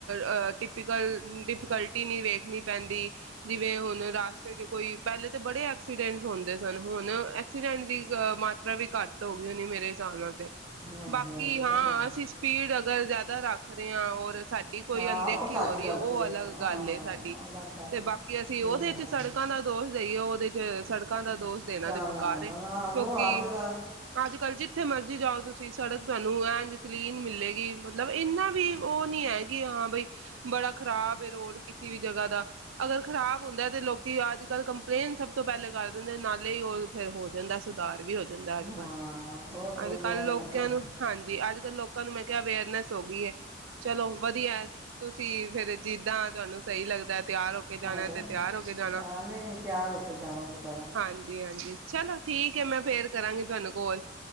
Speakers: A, on the right (about 85°); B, on the right (about 15°).
A: ਅ ਟਿਪੀਕਲ ਡਿਫੀਕਲਟੀ ਨਹੀਂ ਵੇਖਣੀ ਪੈਂਦੀ, ਜਿਵੇਂ ਹੁਣ ਰਸਤੇ ਚ ਕੋਈ ਪਹਿਲੇ ਤਾਂ ਬੜੇ ਐਕਸੀਡੈਂਟ ਹੁੰਦੇ ਫਿਰ ਹੁਣ ਐਕਸੀਡੈਂਟ ਦੀ ਅ ਮਾਤਰਾ ਵੀ ਘੱਟ ਹੋ ਗਈ ਹੋ ਨੀ ਮੇਰੇ ਹਿਸਾਬ ਨਾਲ ਤੇ
B: ਹੂੰ ਹਾਂਜੀ
A: ਬਾਕੀ
B: ਹਾਂਜੀ
A: ਹਾਂ,
B: ਵਧੀਆ
A: ਅਸੀਂ ਸਪੀਡ ਅਗਰ ਜ਼ਿਆਦਾ ਦ ਰੱਖਦੇ ਆਂ ਔਰ ਸਾਡੀ ਕੋਈ
B: ਹਾਂ
A: ਅਣਦੇਖੀ
B: ਉਹ ਸਾਡੀ
A: ਹੋ ਰਹੀ
B: ਗਲਤੀ
A: ਹੈ, ਉਹ ਅਲੱਗ
B: ਹਾਂ
A: ਗੱਲ ਏ ਸਾਡੀ
B: ਅਲੱਗ ਗੱਲ
A: ਤੇ
B: ਹੈ
A: ਬਾਕੀ ਅਸੀਂ ਉਹਦੇ
B: ਹਾਂ
A: ਚ ਸੜਕਾਂ ਦਾ ਦੋਸ਼ ਦੇਈਏ ਉਹਦੇ ਚ ਸੜਕਾਂ ਦਾ ਦੋਸ਼ ਦੇਣਾ
B: ਸਾ-
A: ਤੇ ਬੇਕਾਰ
B: ਨਾ ਨਾ ਨਾ
A: ਐ
B: ਨਾ ਉਹ
A: ਕਿਉਂਕਿ
B: ਹਰ ਜਗ੍ਹਾ
A: ਅੱਜ- ਕੱਲ ਜਿੱਥੇ ਮਰਜ਼ੀ ਜਾਓ ਤੁਸੀਂ ਤੁਸੀਂ ਸੜਕ ਤੁਹਾਨੂੰ ਐਂ ਕਲੀਨ ਮਿਲੇਗੀ ਮਤਲਬ ਇੰਨਾ ਵੀ ਉਹ ਨੀ ਹੈ ਕਿ ਹਾਂ ਬਈ ਬੜਾ ਖ਼ਰਾਬ ਹੈ, ਰੋਡ ਕਿਸੇ ਵੀ ਜਗਾ ਦਾ ਅਗਰ ਖਰਾਬ ਹੁੰਦਾ ਤੇ ਲੋਕੀ ਅੱਜ ਕੱਲ ਕੰਪਲੇਨ ਸਭ ਤੋਂ ਪਹਿਲੇ ਕਰਦੇ ਦੇ ਨਾਲੇ ਹੀ ਉਹ ਫੇਰ ਹੋ ਜਾਂਦਾ ਸੁਧਾਰ ਵੀ ਹੋ ਜਾਂ ਅੱਜ
B: ਹਾਂ
A: ਕੱਲ
B: ਬਹੁਤ
A: ਅੱਜ
B: ਵਧੀਆ
A: ਕੱਲ੍ਹ ਲੋਕਾਂ
B: ਮਤਲਬ
A: ਨੂੰ ਹਾਂਜੀ ਅੱਜ ਕੱਲ੍ਹ ਲੋਕਾਂ ਨੂੰ ਮੈਂ ਕਿਹਾ ਅਵੇਅਰਨੈਸ ਹੋ ਗਈ ਹੈ ਚਲੋ ਵਧੀਆ ਤੁਸੀਂ ਫੇਰ ਜਿੱਦਾਂ ਤੁਹਾਨੂੰ ਸਹੀ ਲੱਗਦਾ ਤਿਆਰ ਹੋ ਕੇ ਜਾਣਾ
B: ਆਜਾ
A: ਤੇ ਤਿਆਰ ਹੋ ਕੇ ਜਾਣਾ
B: ਚਾਹ ਨਹੀਂ ਨਹੀਂ ਚਾਹ ਰੁਕ ਕੇ ਜਾਵਾਂਗੇ। ਕਦੋਂ
A: ਹਾਂਜੀ ਹਾਂਜੀ, ਚਲੋ ਠੀਕ ਹੈ ਮੈਂ ਫੇਰ ਕਰਾਂਗੀ ਤੁਹਾਨੂੰ ਕੋਲ